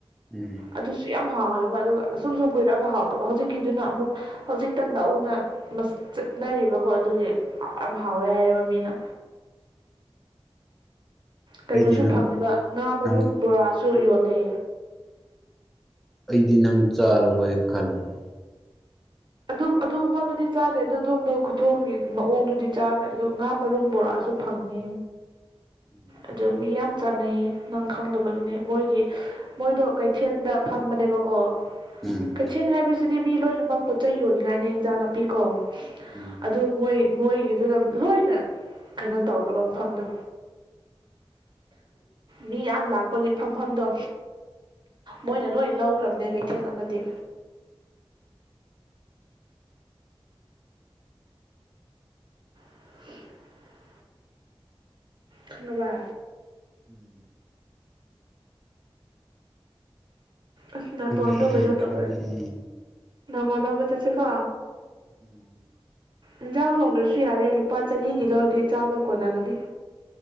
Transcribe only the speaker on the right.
ꯑꯗꯨꯁꯨ ꯌꯥꯝ ꯌꯥꯝ ꯍꯥꯎꯋꯦꯕ ꯑꯗꯨꯒ ꯑꯁꯨꯝ ꯁꯨꯝ ꯀꯨꯏꯔꯛꯑꯒ ꯍꯥꯎꯇꯕ ꯍꯧꯖꯤꯛꯀꯤꯗꯨꯅ ꯑꯃꯨꯛ ꯍꯧꯖꯤꯛꯇ ꯅꯧꯅ ꯆꯠꯅꯔꯤꯕꯀꯣ ꯑꯗꯨꯒꯤ ꯌꯥꯝ ꯍꯥꯎꯋꯦ ꯍꯥꯏꯌꯦꯕ ꯃꯤꯅ ꯀꯩꯅꯣꯁꯨ
ꯐꯪꯉꯤꯕ ꯉꯥ ꯃꯔꯨꯝ
ꯕꯣꯔꯥꯁꯨ ꯌꯣꯜꯂꯦ
ꯑꯗꯨꯝ ꯑꯗꯨ ꯑꯃꯗꯨꯗꯤ ꯆꯥꯗꯦ ꯑꯗꯨ ꯑꯗꯨꯝꯕ ꯈꯨꯊꯣꯡꯒꯤ ꯃꯑꯣꯡꯗꯨꯗꯤ ꯆꯥꯈ꯭ꯔꯦ ꯑꯗꯨ ꯉꯥ ꯃꯔꯨꯝ ꯕꯣꯔꯁꯨ ꯐꯪꯉꯦ
ꯑꯗꯨ ꯃꯤ ꯌꯥꯝ ꯆꯥꯟꯅꯩꯌꯦ ꯅꯪ ꯈꯪꯗꯕꯒꯤꯅꯦ ꯃꯣꯏꯒꯤ ꯃꯣꯏꯗꯣ ꯀꯩꯊꯦꯜꯗ ꯐꯝꯕꯅꯦꯕꯀꯣ
ꯀꯩꯊꯦꯜ ꯍꯥꯏꯕꯁꯤꯗꯤ ꯃꯤ ꯂꯣꯏꯅꯃꯛ ꯄꯣꯠꯆꯩ ꯌꯣꯟꯅꯤꯡꯉꯥꯏꯅꯦ ꯏꯟꯖꯥꯡ ꯅꯥꯄꯤ ꯀꯣ
ꯑꯗꯨ ꯃꯣꯏ ꯃꯣꯏꯒꯤꯗꯨꯅ ꯂꯣꯏꯅ ꯀꯩꯅꯣ ꯇꯧꯈ꯭ꯔꯕ ꯃꯐꯝꯗꯣ ꯃꯤ ꯌꯥꯝ ꯂꯥꯛꯄꯒꯤ ꯐꯝꯐꯝꯗꯣ ꯃꯣꯏꯅ ꯂꯣꯏ ꯂꯧꯈ꯭ꯔꯕꯅꯦ ꯀꯩꯊꯦꯜ ꯑꯃꯗꯤ <inaudible> ꯈꯪꯉꯥꯕ
ꯑꯁ ꯅꯥꯇꯣꯟꯗꯣ
ꯀꯩꯅꯣ
ꯇꯧꯋꯦ ꯅꯃꯥ ꯂꯧꯕ ꯆꯠꯁꯦꯀꯣ
ꯏꯟꯁꯥꯡ ꯊꯣꯡꯗ꯭ꯔꯁꯨ ꯌꯥꯔꯦ ꯂꯨꯄꯥ ꯆꯅꯤꯒꯤ ꯂꯧꯔꯗꯤ ꯆꯥꯕ ꯀꯣꯟꯅꯒꯅꯤ